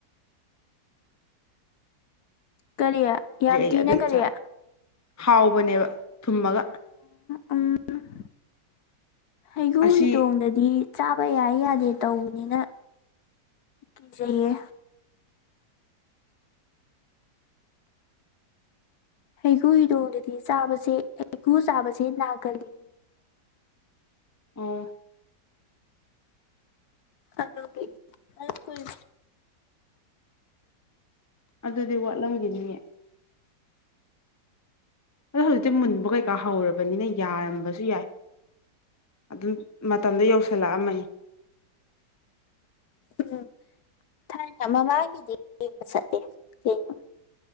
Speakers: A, on the left; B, on the left.
A: ꯀꯔꯤ ꯌꯥꯝ
B: ꯊꯨꯔꯛꯑꯦ
A: ꯊꯤꯅ
B: ꯑꯗꯨꯗꯤ
A: ꯀꯔꯤ
B: ꯆꯥꯏ ꯍꯥꯎꯕꯅꯦꯕ ꯊꯨꯝꯃꯒ
A: ꯎꯟ ꯍꯒꯣ
B: ꯑꯁꯤ
A: ꯍꯤꯗꯣꯡꯗꯗꯤ ꯆꯥꯕ ꯌꯥꯏ ꯌꯥꯗꯦ ꯇꯧꯕꯅꯤꯅ ꯀꯤꯖꯩꯌꯦ ꯍꯩꯒꯨ ꯍꯤꯗꯣꯡꯗꯗꯤ ꯆꯥꯕꯁꯦ ꯍꯩꯒꯨ ꯆꯥꯕꯁꯦ ꯅꯥꯒꯜꯂꯤ
B: ꯑꯣ
A: ꯑꯗꯣ ꯑꯣꯏ
B: ꯑꯗꯨꯗꯤ ꯋꯥꯠꯂꯝꯈꯤꯅꯤꯌꯦ ꯑꯗꯣ ꯍꯧꯖꯤꯛꯇꯤ ꯃꯨꯟꯕ ꯀꯩꯀꯥ ꯍꯧꯔꯕꯅꯤꯅ ꯌꯥꯔꯝꯕꯁꯨ ꯌꯥꯏ ꯑꯗꯨꯝ ꯃꯇꯝꯗ ꯌꯧꯁꯤꯜꯂꯛꯑꯝꯃꯅꯤ
A: ꯎꯝ ꯊꯥꯏꯅ ꯃꯃꯥꯒꯤꯗꯤ ꯌꯦꯡꯕ ꯆꯠꯂꯦ ꯀꯩꯅꯣ